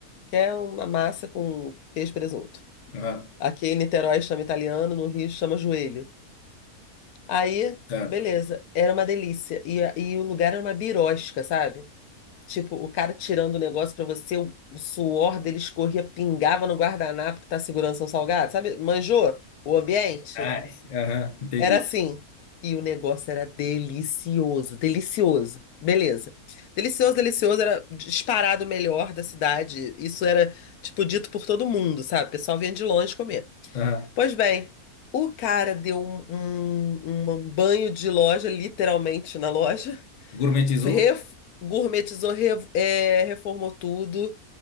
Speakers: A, on the left; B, on the left.
A: que é uma massa com queijo e presunto.
B: Aham,
A: Aqui em Niterói chama italiano, no Rio chama joelho. Aí,
B: certo.
A: beleza, era uma delícia. E, a- e o lugar era uma birosca, sabe? Tipo, o cara tirando o negócio pra você, o o suor dele escorria, pingava no guardanapo que tá segurando seu salgado, sabe? Manjou o ambiente?
B: Ai, aham, entendi.
A: Era assim. E o negócio era delicioso, delicioso. Beleza. Delicioso, delicioso, era disparado o melhor da cidade. Isso era, tipo, dito por todo mundo, sabe? O pessoal vinha de longe comer.
B: Aham.
A: Pois bem, o cara deu um, um um banho de loja, literalmente na loja.
B: Gourmetizou?
A: Ref- gourmetizou, re- é, reformou tudo,